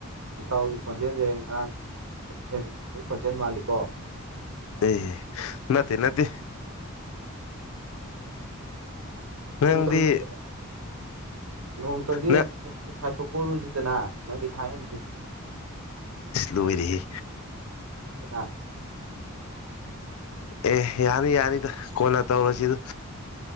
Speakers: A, on the right; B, on the left.
A: ꯏꯇꯥꯎꯒꯤ ꯈꯣꯟꯖꯦꯜꯁꯦ ꯉꯍꯥꯡꯈꯤꯕꯒꯤ ꯈꯣꯟꯖꯦꯜ ꯃꯥꯜꯂꯤꯀꯣ
B: ꯑꯦ ꯅꯠꯇ ꯅꯠꯇ
A: <unintelligible>
B: ꯅꯪꯗꯤ
A: ꯅꯣꯡꯇꯪꯗꯤ
B: ꯅꯪ
A: ꯁꯥꯏꯊꯣꯛꯄꯔꯨꯁꯤꯗꯅ ꯅꯪꯒꯤ ꯊꯥꯏꯅꯒꯤꯗꯨ
B: ꯂꯣꯏꯔꯦ ꯍꯦ
A: ꯑꯣꯏꯅ
B: ꯑꯦ ꯌꯥꯅꯤ ꯌꯥꯅꯤ ꯀꯣꯟꯅ ꯇꯧꯔꯁꯤꯗ